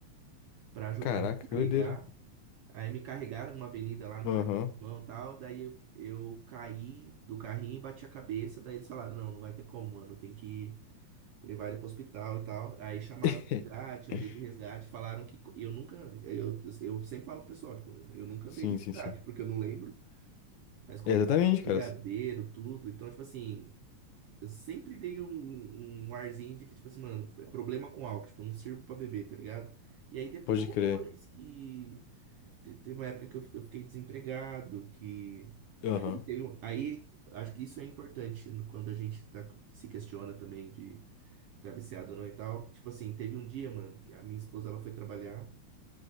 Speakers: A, on the right (about 80°); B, on the left (about 80°).
A: para ajudar
B: Caraca,
A: a me
B: que
A: carregar.
B: doideira.
A: Aí me carregaram numa avenida lá no
B: Aham.
A: carrinho de mão e tal. Daí eu, eu caí do carrinho e bati a cabeça. Daí eles falaram: Não, não vai ter como, mano. Tem que levar ele pro hospital e tal. Aí chamaram
B: <laughs>
A: o resgate, andei de resgate. Falaram que co- eu nunca. Eu, eu sempre falo pro pessoal: tipo, Eu nunca
B: Sim,
A: andei de resgate,
B: sim, sim.
A: porque eu não lembro. Mas compraram
B: É, exatamente,
A: brigadeiro,
B: cara.
A: tudo. Então, tipo assim, eu sempre dei um, um um arzinho de que, tipo assim, mano, é problema com álcool, tipo, eu não sirvo pra beber, tá ligado? E aí depois
B: Pode crer.
A: que. te- Teve uma época que eu, eu fiquei desempregado, que.
B: Aham.
A: Aí, teve, um- aí acho que isso é importante no- quando a gente tá, com- se questiona também de tá viciado ou não e tal. Tipo assim, teve um dia, mano, que a minha esposa ela foi trabalhar